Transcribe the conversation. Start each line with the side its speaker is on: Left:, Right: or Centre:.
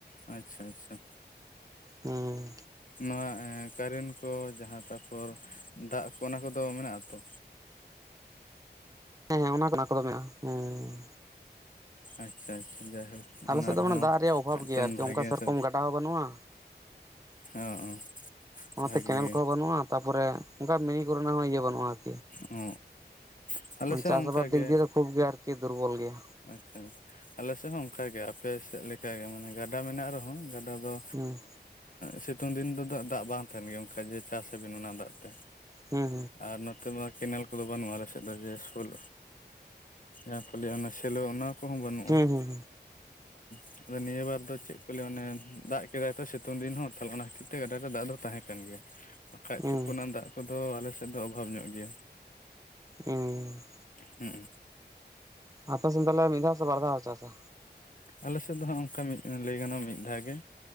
Left: ᱟᱪᱪᱷᱟ ᱟᱪᱪᱷᱟ
Right: ᱦᱩᱸ᱾
Left: ᱱᱚᱣᱟ ᱠᱟᱨᱮᱱ ᱠᱚ ᱡᱟᱦᱟᱸ ᱛᱟᱯᱚᱨ ᱫᱟᱜ ᱠᱚ ᱚᱱᱟ ᱠᱚᱫᱚ ᱢᱮᱱᱟᱜ-ᱟ ᱛᱚ?
Right: ᱦᱮᱸ ᱦᱮᱸ ᱚᱱᱟ ᱠᱚ ᱚᱱᱟ ᱠᱚᱫᱚ ᱢᱮᱱᱟᱜ-ᱟ ᱦᱩᱸ᱾
Left: ᱟᱪᱪᱷᱟ ᱟᱪᱪᱷᱟ ᱡᱟᱭᱦᱳᱠ
Right: ᱟᱞᱮ
Left: ᱚᱱᱟ
Right: ᱥᱮᱫ ᱫᱚ
Left: ᱨᱮᱦᱚᱸ
Right: ᱢᱟᱱᱮ ᱫᱟᱜ ᱨᱮᱭᱟᱜ ᱚᱵᱷᱟᱵᱽ
Left: ᱢᱤᱜᱴᱮᱱ
Right: ᱜᱮᱭᱟ ᱟᱨᱠᱤ
Left: ᱵᱷᱟᱜᱮᱭᱟ
Right: ᱚᱱᱠᱟ ᱥᱮᱨᱚᱠᱚᱢ
Left: ᱥᱮ
Right: ᱜᱟᱰᱟ ᱦᱚᱸ ᱵᱟᱹᱱᱩᱜᱼᱟ
Left: ᱦᱚᱸ
Right: ᱚᱱᱟᱛᱮ
Left: ᱵᱷᱟᱜᱮ
Right: ᱠᱮᱱᱮᱞ
Left: ᱜᱮ᱾
Right: ᱠᱚᱦᱚᱸ ᱵᱟᱹᱱᱩᱜᱼᱟ ᱛᱟᱯᱚᱨᱮ ᱚᱱᱠᱟ ᱢᱤᱱᱤ ᱠᱚᱨᱮᱱᱟᱜ ᱦᱚᱸ ᱤᱭᱟᱹ ᱵᱩᱜᱟ
Left: ᱚ ᱚ᱾ ᱟᱞᱮ
Right: ᱢᱟᱱ
Left: ᱥᱮᱫ
Right: ᱪᱟᱥ
Left: ᱦᱚᱸ ᱚᱱᱠᱟ
Right: ᱟᱵᱟᱫ ᱫᱤᱠ
Left: ᱜᱮ
Right: ᱫᱤᱭᱮ ᱫᱚ ᱠᱷᱩᱵ ᱜᱮ ᱟᱨᱠᱤ ᱫᱩᱨᱵᱚᱞ ᱜᱮᱭᱟ᱾
Left: ᱟᱪᱪᱷᱟ ᱟᱪᱪᱷᱟ ᱟᱞᱮ ᱥᱮᱜ ᱦᱚᱸ ᱚᱱᱠᱟᱜᱮ ᱟᱯᱮ ᱥᱮᱜ ᱞᱮᱠᱟ ᱜᱮ ᱢᱟᱱᱮ ᱜᱟᱰᱟ ᱢᱮᱱᱟᱜ ᱨᱮᱦᱚᱸ ᱜᱟᱰᱟ ᱫᱚ
Right: ᱦᱩᱸ᱾
Left: ᱥᱤᱛᱩᱝ ᱫᱤᱱ ᱫᱚ ᱫᱟᱜ ᱫᱟᱜ ᱵᱟᱝ ᱛᱟᱦᱮᱱ ᱜᱮᱭᱟ ᱚᱱᱠᱟ ᱡᱮ ᱪᱟᱥᱟᱵᱤᱱ ᱚᱱᱟ ᱫᱟᱜ ᱛᱮ᱾
Right: ᱦᱩᱸ
Left: ᱟᱨ ᱱᱚᱛᱮ ᱢᱟ ᱠᱮᱱᱮᱞ ᱠᱚᱫᱚ ᱵᱟᱹᱱᱩᱜ-ᱟ ᱟᱞᱮᱥᱮᱜ ᱫᱚ ᱡᱮ ᱥᱳᱞ ᱡᱟᱦᱟᱸ ᱯᱮ ᱞᱟᱭᱟ ᱚᱱᱟ ᱥᱮᱞᱚ ᱚᱱᱟ ᱠᱚᱦᱚᱸ ᱵᱟᱹᱱᱩᱜ-ᱟ
Right: ᱦᱩᱸ
Left: ᱦᱩᱜ
Right: ᱦᱩᱸ ᱦᱩᱸ ᱦᱩᱸ
Left: ᱩᱸ ᱟᱫᱚ ᱱᱤᱭᱟᱹ ᱵᱟᱨ ᱫᱚ ᱪᱮᱜ ᱠᱚ ᱞᱟᱹᱭᱟ ᱚᱱᱮ ᱫᱟᱜ ᱠᱮᱫᱟᱭ ᱛᱚ ᱥᱤᱛᱩᱝ ᱫᱤᱱ ᱦᱚᱸ ᱛᱷᱟᱞᱮ ᱚᱱᱟ ᱠᱷᱟᱹᱛᱤᱨ ᱛᱮ ᱜᱟᱰᱟᱨᱮ ᱫᱟᱜ ᱫᱚ ᱛᱟᱦᱮᱸ ᱠᱟᱱ ᱜᱮᱭᱟ᱾ ᱵᱟᱠᱷᱟᱡ
Right: ᱦᱩᱸ
Left: ᱛᱩᱯᱩᱱᱟᱜ ᱫᱟᱜ ᱠᱚᱫᱚ ᱟᱞᱮ ᱥᱮᱫ ᱫᱚ ᱚᱵᱷᱟᱵᱽ ᱧᱚᱜ ᱜᱮᱭᱟ᱾
Right: ᱩᱸ
Left: ᱦᱩᱸᱜ ᱩᱸ
Right: ᱟᱯᱮ ᱥᱮᱱ ᱛᱟᱞᱮ ᱢᱤᱫ ᱫᱷᱟᱣ ᱥᱮ ᱵᱟᱨ ᱫᱷᱟᱣ ᱠᱚ ᱪᱟᱥᱟ?
Left: ᱟᱞᱮ ᱥᱮᱫ ᱫᱚ ᱦᱟᱸᱜ ᱚᱝᱠᱟ ᱞᱟᱹᱭ ᱜᱟᱱᱚᱜ-ᱟ ᱢᱤᱫ ᱫᱷᱟᱣ ᱜᱮ᱾